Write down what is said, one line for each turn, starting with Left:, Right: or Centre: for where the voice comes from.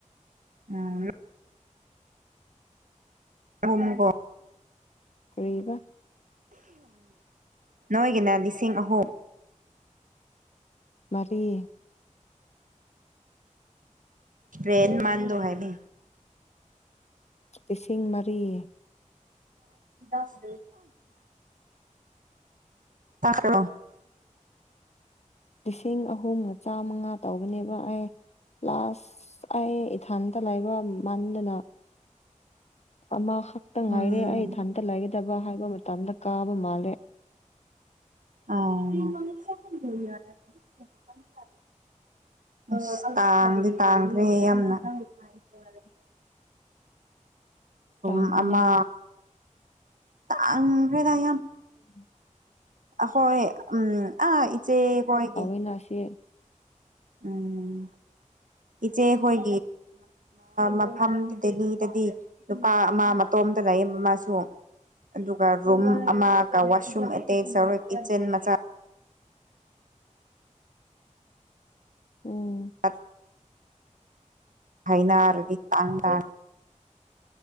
Right: ꯎꯝ ꯍꯝꯒꯣ <inaudible>
Left: ꯀꯩꯕ
Right: ꯅꯣꯏꯒꯤꯅ ꯂꯤꯁꯤꯡ ꯑꯍꯨꯝ
Left: ꯃꯔꯤ
Right: ꯔꯦꯟ ꯃꯥꯥꯟꯗꯣ ꯍꯥꯏꯅꯦ
Left: ꯂꯤꯁꯤꯡ ꯃꯔꯤ
Right: ꯑꯁ ꯄꯥꯈꯔ <inaudible>
Left: ꯂꯤꯁꯤꯡ ꯑꯍꯨꯝꯒ ꯆꯥꯃꯉꯥ ꯇꯧꯕꯅꯦꯕ ꯑꯩ ꯑꯁ ꯑꯩ ꯏꯊꯥꯟꯇ ꯂꯩꯥꯃꯟꯗꯅ ꯑꯃ ꯈꯛꯇ
Right: ꯎꯝ
Left: ꯉꯥꯏꯔꯦ ꯑꯩ ꯏꯊꯟꯇ ꯂꯩꯒꯗꯕ ꯍꯥꯏꯕ ꯃꯇꯝꯗ ꯀꯥꯕ ꯃꯥꯜꯂꯦ
Right: ꯑꯥ ꯑꯁ ꯇꯥꯡꯗꯤ ꯇꯥꯡꯈ꯭ꯔꯦ ꯌꯥꯝꯅ ꯔꯦ <inaudible> ꯄꯦꯡ
Left: ꯇꯥꯡꯕꯅꯦ
Right: ꯑꯃ ꯇꯥꯡꯈꯔꯦꯗ ꯌꯥꯝꯅ
Left: ꯎꯝ <inaudible>
Right: ꯍꯣꯏ ꯎꯝ ꯑꯥ ꯏꯆꯦ ꯈꯣꯏꯒꯦ
Left: ꯅꯆꯦ
Right: ꯎꯝ ꯏꯆꯦ ꯍꯣꯏ ꯃꯐꯝ ꯗꯦꯜꯂꯤꯗꯗꯤ ꯅꯨꯄꯥ ꯑꯃ ꯃꯇꯣꯝꯇ ꯂꯩꯌꯦꯕ ꯃꯁꯨ ꯑꯗꯨꯒ ꯔꯨꯝ
Left: ꯎꯝ
Right: ꯑꯃꯒ ꯋꯥꯁꯔꯨꯝ ꯑꯦꯇꯦꯁ ꯇꯧꯋꯦ ꯀꯤꯠꯆꯟ ꯃꯆꯥ
Left: ꯎꯝ
Right: ꯑ <inaudible> ꯍꯥꯏꯅꯔ ꯢꯇꯥꯡ ꯇꯥꯡꯢ